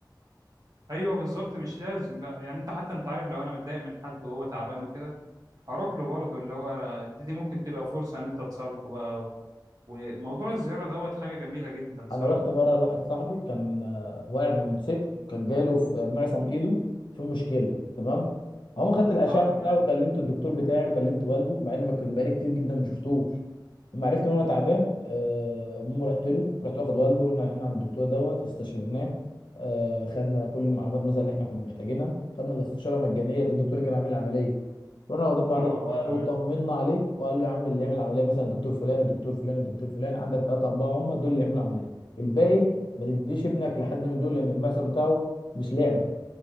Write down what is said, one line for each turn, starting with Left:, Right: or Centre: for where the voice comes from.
Right: ايوه بالظبط مش لازم لا يعني انت حتى انت عارف لو انا متضايق من حد وهو تعبان وكده هروح له برضه اللي هو دي, دي ممكن تبقى فرصه ان انت تصالحه بقى وموضوع الزياره دوت حاجه جميله جدا صراحه
Left: انا رحت مره لواحد صاحبي كان آه، واقع بالموتوسيكل كان جايله في معصم ايده في مشكله تمام هم خدت الاشعه
Right: اه تمام
Left: بتاعه وكلمت الدكتور بتاعي وكلمت والده مع ان ما كان بقالي كتير جدا ما شفتوش لما عرفت ان هو تعبان آه، المهم رحت له رحت واخد والده رحنا رايحين عند الدكتور دوت استشرناه آه، خدنا كل المعلومات مثلا اللي احنا كنا محتاجينها خدنا الاستشاره مجانيه ده الدكتور اللي كان عامل العمليه رحنا واخدين بعضنا
Right: اه
Left: بقى
Right: اه تمام
Left: واطمنا عليه وقال له يا عم اللي يعمل عمليه مثلا الدكتور فلان الدكتور فلان الدكتور فلان عندك ثلاثه اربعه هم دول اللي يعملوا عمليه الباقي ما تديش ابنك لحد من دول لان المحصل بتاعه مش لعبه